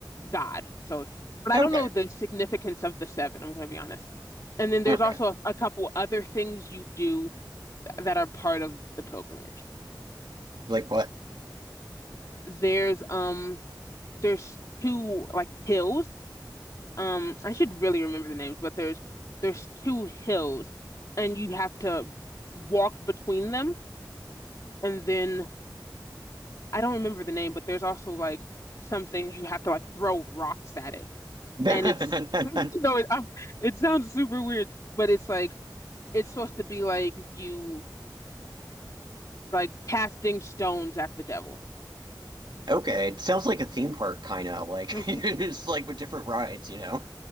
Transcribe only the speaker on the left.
God. So, but
I don't know the significance of the seven, I'm gonna be honest. And then there's
also a, a couple other things you do that are part of the pilgrimage.
There's um there's two like hills. Um I should really remember the names, but there's there's two hills and you have to walk between them and then I don't remember the name, but there's also like something you have to like throw rocks at it.
And it's <laughs> you know it um, it sounds super weird, but it's like it's supposed to be like you like casting stones at the devil.
<laughs>